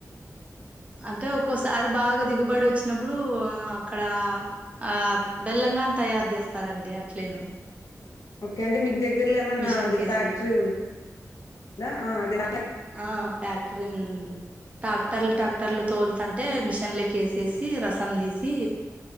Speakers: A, on the right; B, on the left.
A: అంటే ఒక్కోసారి బాగా దిగుబడి వచ్చినప్పుడు అక్కడ ఆ బెల్లంగాని తయారు చేస్తారండి అట్లేను
B: ఓకే అంటే మీకు దగ్గరలో ఏమన్నా
A: మిషన్
B: అది
A: కేసి
B: ఫ్యాక్టరీ ఉందా అదే
A: ఆ ఫ్యాక్టరీ ఉందండి టాక్టర్లు టాక్టర్లు తోలుతంటే మిషన్లోకి వేసేసి రసం తీసి